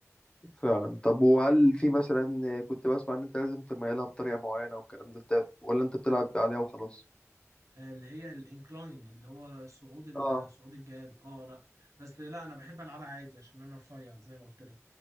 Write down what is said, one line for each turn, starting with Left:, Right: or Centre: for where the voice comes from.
Left: فعلا طب وهل في مثلا كنت بسمع ان انت لازم تميلها بطريقه معينه والكلام ده انت ولا انت بتلعب عليها وخلاص
Right: آه، اللي هي الانكلاين اللي هو صعود ال-
Left: اه
Right: صعود الجهاز اه لا بس لا انا بحب العبها عادي عشان انا رفيع زي ما قلت لك